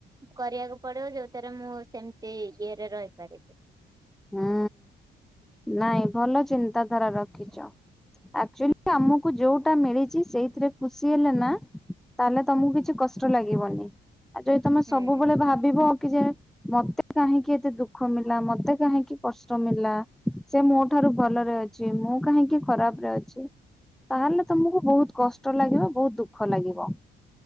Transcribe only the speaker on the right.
କରିବାକୁ ପଡିବ। ଯୋଉଥିରେ ମୁଁ ସେମିତି ଇଏରେ ରହିପାରିବି।
ହୁଁ।